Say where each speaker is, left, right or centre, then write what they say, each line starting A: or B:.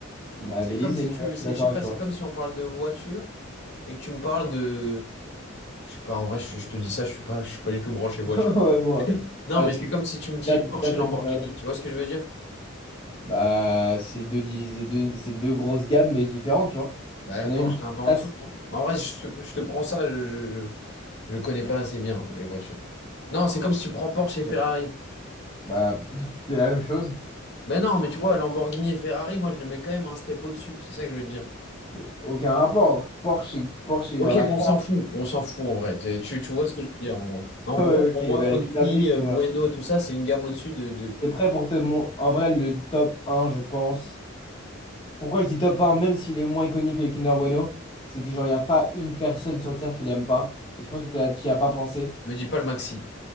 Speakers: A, on the left; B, on the left.
A: Bah,
B: C'est
A: Delice
B: comme si
A: est meilleur,
B: tu,
A: je
B: c'est,
A: suis d'accord
B: je sais pas,
A: avec toi.
B: c'est comme si on parle de voiture et que tu me parles de, je sais pas, en vrai, je, je te dis ça, je suis pas, je suis pas du tout branché voiture.
A: <laughs> Ouais, bon. Ouais.
B: Non,
A: Bah,
B: mais
A: tu.
B: c'est comme si tu me dis
A: Garde,
B: Porsche
A: garde
B: et
A: ta
B: Lamborghini,
A: comparaison.
B: tu vois ce que je veux dire?
A: Bah, c'est deux, dis- c'est deux... c'est deux grosses gammes, mais différentes, tu vois.
B: Bah,
A: Il
B: Porsche,
A: y en a une. qui
B: t'es un peu en
A: casse.
B: dessous, non? Mais en vrai, je te, je te prends ça, je, je, je, je connais pas assez bien les voitures. Non, c'est comme si tu prends Porsche et Ferrari.
A: Ouais. Bah, <laughs> c'est la même chose.
B: Ben non, mais tu vois, Lamborghini et Ferrari, moi, je le mets quand même un step au-dessus, c'est ça que je veux te dire.
A: Et Aucun rapport. Porsche, c'est- Porsche, c'est
B: Ok,
A: genre
B: mais
A: la classe.
B: on s'en fout, on s'en fout en vrai. C'est- Tu, tu vois ce que je veux dire, en gros. En
A: Oh,
B: gros,
A: <laughs> ok,
B: pour moi,
A: bah
B: Country,
A: écoute,
B: euh,
A: c'est moi.
B: Bueno, tout ça, c'est une gamme au-dessus de, de...
A: T'es prêt pour te mon... En vrai, le top un je pense. Pourquoi je dis top un même s'il est moins iconique que le Kinder Bueno, c'est que genre, il n'y a pas une personne sur Terre qui l'aime pas. Et je pense que t'as- tu n'y as pas pensé.
B: Me dis pas le Maxi.